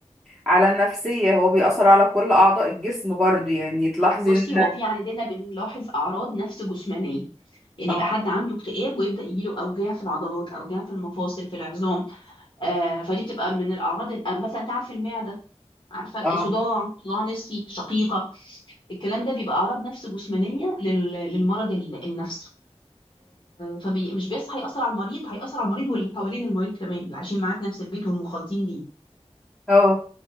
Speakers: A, in the centre; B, on the left (about 45°).
A: على النفسية هو بيأثر على كل أعضاء الجسم برضو يعني تلاحظي
B: <laughs> بصي
A: ان
B: هو في عندنا بنلاحظ اعراض نفس جسمانيه يعني
A: اه
B: يبقى حد عنده اكتئاب ويبدا يجيله اوجاع في العضلات اوجاع في المفاصل في العظام آه، فدي بتبقى من الاعراض ال- آه، مثلا تعب في المعده عارفه
A: اه
B: صداع صداع نصفي شقيقه الكلام ده بيبقى اعراض نفس جسمانيه لل- للمرض ال- النفسي فمش بس هيأثر على المريض هيأثر على المريض واللي حوالين المريض كمان اللي عايشين معاه في نفس البيت والمخالطين ليه
A: اه